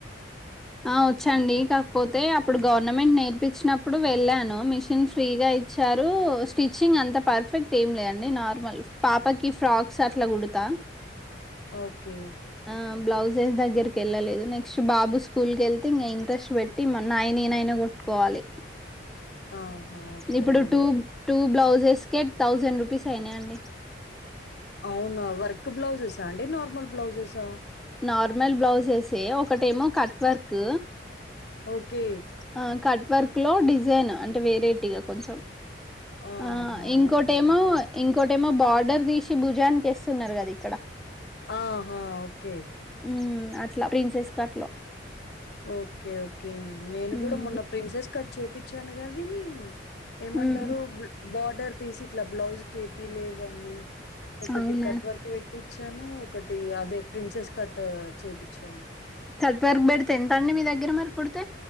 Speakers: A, in the centre; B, on the left (about 60°).
A: ఆ వచ్చండి. కాకపోతే అప్పుడు గవర్నమెంట్ నేర్పించినప్పుడు వెళ్ళాను మిషన్ ఫ్రీగా ఇచ్చారు స్టిచ్చింగ్ అంత పర్ఫెక్ట్ ఏం లేదండి. నార్మల్ పాపకి ఫ్రాక్స్ అట్లా కుడతా.
B: ఓకే.
A: ఆ బ్లౌజెస్ దగ్గరకి ఎల్లళ్లేదు. నెక్ట్ బాబు స్ హు స్కూల్ కెల్తే ఇంగ ఇంట్రెస్ట్ వెట్టి నాయి నేనైన కుట్టుకోవాలి.
B: ఆహా ఓకే
A: ఇప్పుడు
B: అండి
A: టూ టూ బ్లౌజెస్ కె థౌజండ్ రూపీస్ అయినాయండి.
B: అవునా వర్క్ బ్లౌజెస్స అండి నార్మల్ బ్లౌజెస్ ఆ
A: నార్మల్ బ్లౌజెసే. ఒకటేమో కట్ వర్క్.
B: ఓకే.
A: ఆ కట్ వర్క్లో డిజైన్ అంటే వేరేటిగ కొంచెం
B: ఆహా
A: ఆ ఇంకోటేమో
B: ఓకే అండి
A: ఇంకోటి మా బార్డర్ తీసి భుజాన్నికేస్తున్నారు కదా ఇక్కడ.
B: ఆహా ఓకే.
A: ఉమ్, అట్లా ప్రిన్సెస్ కట్ లో
B: ఓకే ఓకే. నేను
A: ఉమ్,
B: కూడా మొన్న ప్రిన్సెస్ కట్ చేయిచ్చాను కద నీ ఏమంటారు
A: ఉమ్,
B: బార్డర్ తీసి ఇట్లా బ్లౌజ్ కి ఏపీలెదండి. ఒకటి
A: అవునా
B: కట్ వర్క్ పెట్టిచ్చాను. ఒకటి అదే ప్రిన్సెస్ కట్ చేపిచ్చాను.
A: కట్ వర్క్ పెడితే ఎంత అండి మీ దగ్గర మరి కుడితే?